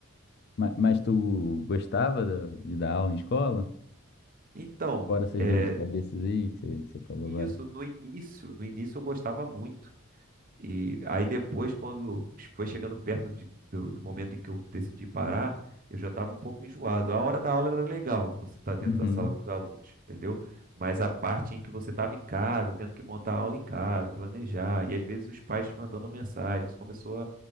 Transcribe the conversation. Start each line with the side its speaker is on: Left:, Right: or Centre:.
Left: Ma- Mas, tu gostava da- de dar aula em escola?
Right: Então,
Left: Fora essas
Right: é,
Left: dores de cabeça aí que você, que você falou
Right: isso
Left: agora.
Right: no início, no início eu gostava muito. E aí depois, quando foi chegando perto de- do, do momento em que eu decidi parar, eu já estava um pouco enjoado. A hora da aula era legal, você tá dentro
Left: Uhum.
Right: da sala com os alunos, entendeu? Mas a parte em que você estava em casa, tendo que montar a aula em casa, planejar, e às vezes os pais te mandando mensagem, isso começou